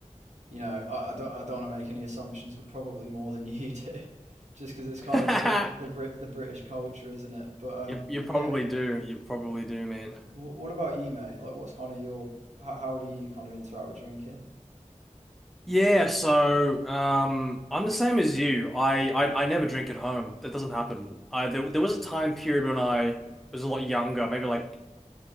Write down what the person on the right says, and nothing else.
you know, I, I don't I don't want to make any assumptions, but probably more than <laughs> you do, just because it's
kind of the Brit the Brit the British culture, isn't it? But um,
yeah.
w-
What about you, mate? Like, what's kind of your how, how do you kind of interact with drinking?